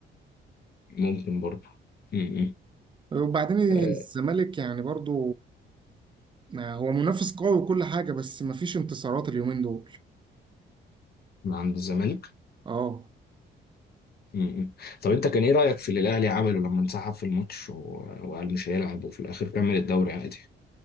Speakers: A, on the left; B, on the right.
A: ممكن برضه م- م.
B: وبعدين
A: آه،
B: الزمالك يعني برضو آه، هو منافس قوي وكل حاجه بس مفيش انتصارات اليومين دول
A: من عند الزمالك
B: اه
A: م- م. طب انت كان ايه رايك في اللي الاهلي عمله لما انسحب في الماتش و- وقال مش هيلعب وفي الاخر كمل الدوري عادي